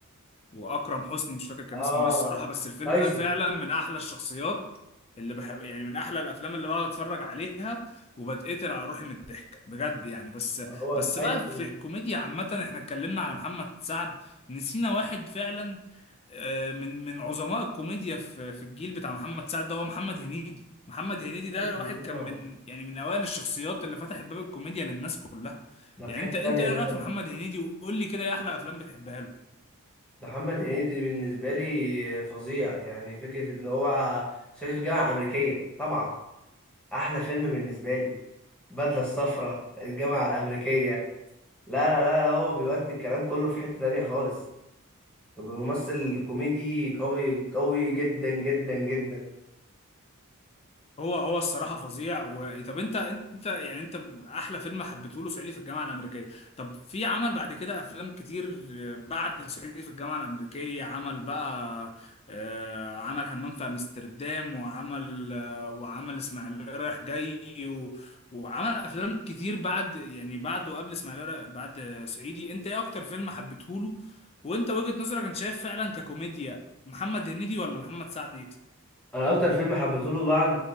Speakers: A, on the left (about 30°); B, in the centre.
A: واكرم حسني مش فاكر كان
B: اه
A: اسمه ايه الصراحه بس الفيلم
B: تايسون
A: ده فعلا من احلى الشخصيات اللي بحب يعني من احلى الافلام اللي بقعد اتفرج عليها وبتقتل على روحي من الضحك بجد يعني بس
B: ما هو
A: بس
B: تايسون
A: بقى في الكوميديا عامه احنا اتكلمنا على محمد سعد نسينا واحد فعلا آه، من من عظماء الكوميديا في في الجيل بتاع محمد سعد ده هو محمد هنيدي محمد هنيدي ده
B: طبعا
A: واحد كان من يعني من اوائل الشخصيات اللي فتحت باب الكوميديا للناس كلها
B: ده
A: يعني
B: في حتة
A: انت انت
B: تانية
A: ايه
B: ده
A: رايك
B: طبعا
A: في محمد هنيدي وقول لي كده ايه احلى افلام بتحبها له
B: محمد هنيدي بالنسبة لي فظيع يعني فكرة إن هو صعيدي في الجامعة الأمريكية طبعا أحلى فيلم بالنسبة لي البدلة الصفراء الجامعة الأمريكية لا لا لا, لا هو بيودي الكلام كله في حتة تانية خالص ممثل كوميدي قوي قوي جدا جدا جدا
A: هو هو الصراحه فظيع و... طب انت انت يعني انت احلى فيلم حبيته له صعيدي في الجامعه الامريكيه طب في عمل بعد كده افلام كتير بعد صعيدي في الجامعه الامريكيه عمل بقى آه، عمل همام في امستردام وعمل آه، وعمل اسماعيليه رايح جاي و... وعمل افلام كتير بعد يعني بعد وقبل اسماعيليه رايح- بعد آه، صعيدي انت ايه اكتر فيلم حبيته له وانت وجهة نظرك انت شايف فعلا ككوميديا محمد هنيدي ولا محمد سعد
B: أنا أكتر فيلم حبيته له بعد